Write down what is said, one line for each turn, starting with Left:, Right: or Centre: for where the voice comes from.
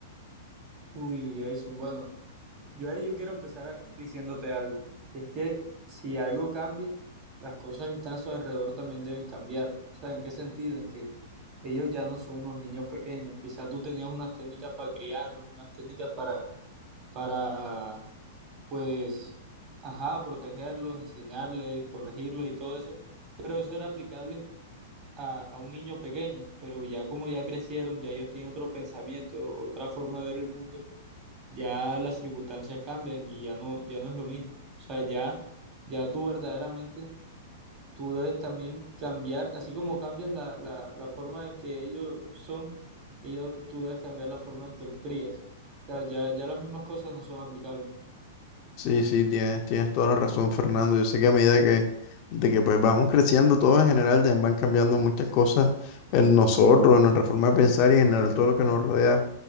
Right: Uy, Jason, bueno. Yo ahí yo quiero empezar a- diciéndote algo. Es que si algo cambia, las cosas que están a su alrededor también deben cambiar. O sea, ¿en qué sentido? En que ellos ya no son unos niños pequeños. Quizás tú tenías unas técnicas para criarlos, unas técnicas para, para, pues, ajá, protegerlos, enseñarles, corregirlos y todo eso. Pero eso era aplicable a, a un niño pequeño. Pero ya como ya crecieron, ya ellos tienen otro pensamiento, otra forma de ver el mundo ya las circunstancias cambian y ya no, ya no es lo mismo. O sea, ya, ya tú verdaderamente, tú debes también cambiar, así como cambias la, la, la forma en que ellos son, ellos, tú debes cambiar la forma en que los crías. O sea, ya, ya las mismas cosas no son aplicables.
Left: Sí, sí, tienes, tienes toda la razón, Fernando. Yo sé que a medida que, de que pues vamos creciendo todos en general, también van cambiando muchas cosas en nosotros, en nuestra forma de pensar y en general todo lo que nos rodea.